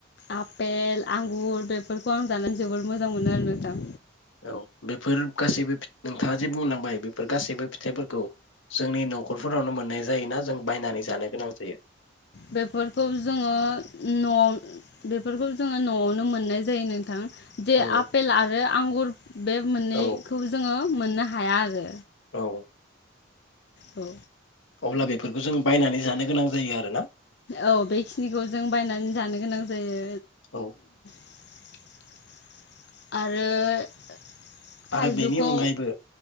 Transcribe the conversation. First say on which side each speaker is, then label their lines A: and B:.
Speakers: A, on the left; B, on the left.
A: आ पेल आंगुर बेफोरखौ आं जानानै जोबोद मोजां मोनो आरो नोंथां।
B: औ बेफोर गासैबो फि नोंथाङा जे बुंलांबाय बे फोर गासैबो फिथाइफोरखौ जोंनि न'खरफोरावनो मोननाय जायोना जों बायनानै जानो गोनां जायो
A: बेफोरखौ जोङो न'आव बेफोरखौ जोङो न'आवनो मोननाय जायो नोंथां। जे
B: औ
A: आपेल आरो आंगुर बे मोननैखौ
B: औ
A: जोङो मोननो हाया आरो
B: औ
A: औ
B: अब्ला बेफोरखौ जों बायनानै जानो गोनां जायो आरोना
A: औ बेखिनिखौ जों बायनानै जानो गोनां जायो।
B: औ।
A: आरो। थाइजौखौ
B: आरो बेनि अनगायैबो